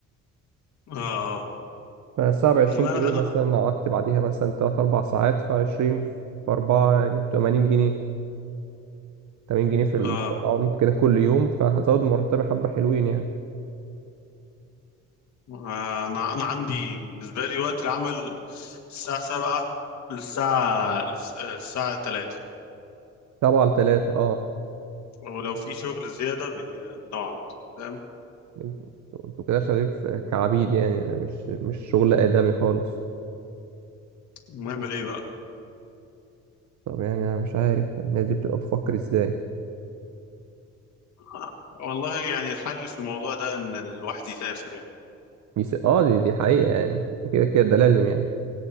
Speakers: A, on the left; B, on the right.
A: اه آه.
B: فالساعه ب 20
A: انا
B: جنيه
A: انا
B: مثلا لو قعدت بعديها مثلا 3 4 ساعات ف 20 في 4 يعني 80 جنيه 80 جنيه في
A: آه.
B: الأونت كده كل يوم فهزود مرتبي حبه حلوين يعني
A: آه، انا انا عندي بالنسبه لي وقت العمل الساعه 7 للساعه للس- آه، الساعه 3
B: 7 ل 3 اه
A: ولو في شغل زياده بي- بنقعد فاهم
B: انتوا انتوا كده شغالين في- كعبيد يعني ده مش مش شغل آدمي خالص
A: نعمل ايه بقى
B: طب يعني انا مش عارف الناس دي بتبقى بتفكر ازاي
A: آه، والله يعني الحل في الموضوع ده ان الواحد يسافر يعني
B: دي س... اه دي, دي حقيقة يعني كده كده ده لازم يعني